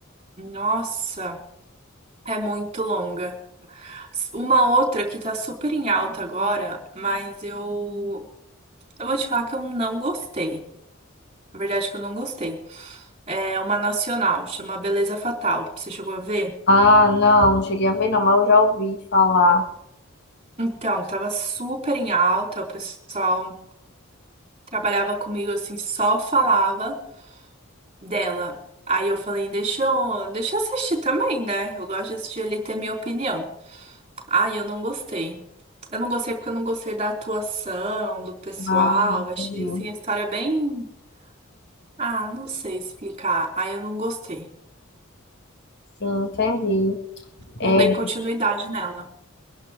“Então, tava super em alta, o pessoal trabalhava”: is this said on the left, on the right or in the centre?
Right